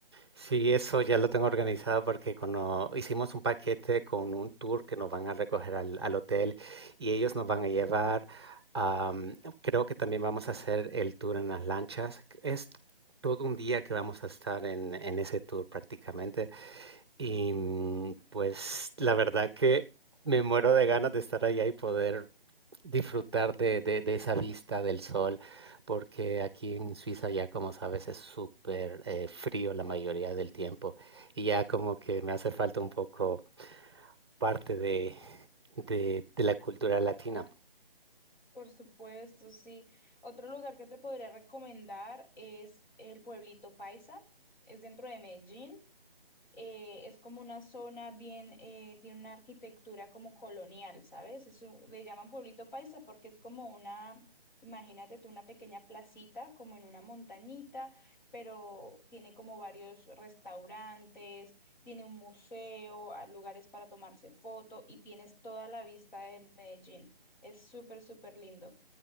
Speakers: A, on the right (about 25°); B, on the left (about 50°).
A: Sí, eso ya lo tengo organizado porque cuando hicimos un paquete con un tour que nos van a recoger al, al hotel y ellos nos van a llevar, am, creo que también vamos a hacer el tour en las lanchas. Es todo un día que vamos a estar en, en ese tour prácticamente. Y mm, pues la verdad que me muero de ganas de estar allá y poder disfrutar de, de- de esa vista del sol, porque aquí en Suiza ya como sabes es súper eh, frío la mayoría del tiempo y ya como que me hace falta un poco parte de, de, de la cultura latina.
B: Por supuesto, sí. Otro lugar que te podría recomendar es el pueblito Paisa, es dentro de Medellín. eh, es como una zona bien, eh, tiene una arquitectura como colonial, ¿sabes? Es un- le llaman pueblito paisa porque es como una, imagínate tú, una pequeña placita como en una montañita, pero tiene como varios restaurantes, tiene un museo, hay lugares para tomarse foto y tienes toda la vista de Medellín. Es súper, súper lindo.